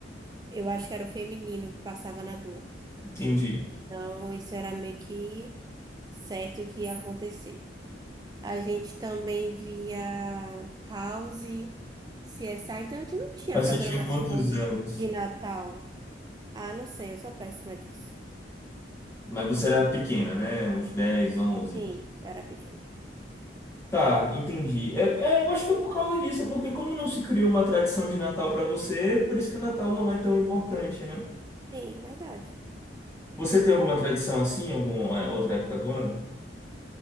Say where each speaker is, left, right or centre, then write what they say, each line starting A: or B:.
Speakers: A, on the right (about 20°); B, on the left (about 15°).
A: Eu acho que era o feminino que passava na Globo.
B: entendi.
A: Então, isso era meio que certo que ia acontecer. A gente também via House, CSI, então a gente não tinha
B: Mas
A: programação
B: você tinha quantos anos?
A: de Natal. Ah, não sei, eu sou péssima disso.
B: Mas você era pequena, né? Uns dez onze
A: Sim, eu era pequena.
B: Tá, entendi. É, é, eu acho que é por causa disso, porque como não se criou uma tradição de Natal pra você, por isso que o Natal não é tão importante, né?
A: Sim, verdade.
B: Você tem alguma tradição assim, alguma é, outra época do ano?